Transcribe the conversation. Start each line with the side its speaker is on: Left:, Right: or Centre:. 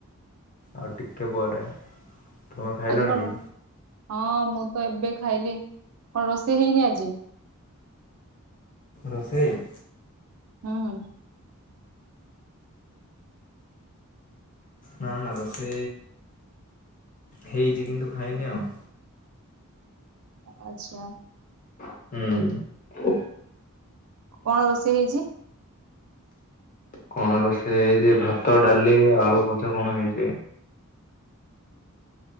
Left: ଆଉ ଟିକେ ପରେ ତୁମେ ଖାଇଲଣି
Right: ଆଜି କଣ
Left: କି?
Right: ହଁ ମୁଁ ତ ଏବେ ଖାଇଲି କଣ ରୋଷେଇ ହେଇନି ଆଜି?
Left: ରୋଷେଇ।
Right: ହୁଁ।
Left: ନଁ ନାଁ ରୋସେ ହେଇଛି କିନ୍ତୁ ଖାଇନି ଆଉ।
Right: ଆଚ୍ଛା।
Left: ହୁଁ।
Right: କଣ ରୋଷେଇ ହେଇଛି?
Left: କଣ ରୋ ସେ ହେଇଛି ଭାତ ଡାଲି ଆଳୁ ଭଜା କଣ ହେଇଛି।